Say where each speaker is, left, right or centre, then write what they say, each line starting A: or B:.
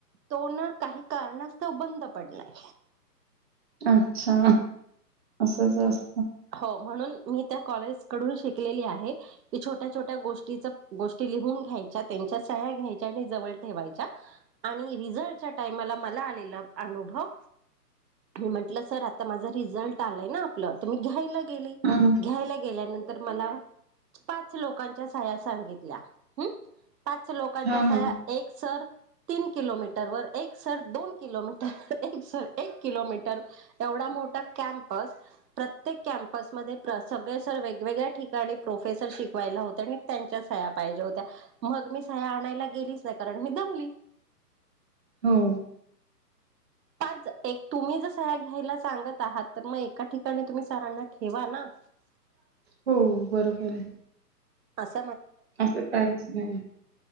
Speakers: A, on the right (about 80°); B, on the right (about 40°).
A: तो ना काही कारणास्तव बंद पडलाय
B: अच्छा असंच अस
A: हो म्हणून मी त्या कॉलेज कडून शिकलेली आहे की छोट्या छोट्या गोष्टीच गोष्टी लिहून घ्यायच्या त्यां च्या सह्या घ्यायच्या आणि जवळ ठेवायच्या आणि रिझल्ट च्या टाईमाला मला आलेला अनुभव म्हंटलं सर आता माझा रिझल्ट आलाय ना आपलं मी घ्यायला गेली
B: हं.
A: घ्यायला गेल्यानंतर मला पाच लोकांच्या सह्या सांगितल्या हम्म पाच लोकांच्या
B: हां,
A: स्या
B: हां.
A: एक सर तीन किलोमीटर वर एक सर दोन किलोमीटर एक एक किलोमीटर एवढा मोठा कॅम्पस प्रत्येक कॅमपसमध्ये सगळे सर वेगवेगळ्या ठिकाणी प्रोफेसर शिकवायला होत आणि त्यांच्या पाहिज होत्या मग मी सहाया्या आणायला गेलीच नाही कारण मी दमली
B: हो,
A: पाच एक, तुम्ही जर सह्या घ्यायला सांगत आहात तर मग एका ठिकाणी तुम्ही सरांना ठेवा नाऽ <unintelligible>
B: हो, बरोबर आहे
A: अस
B: असं काहीच नाही,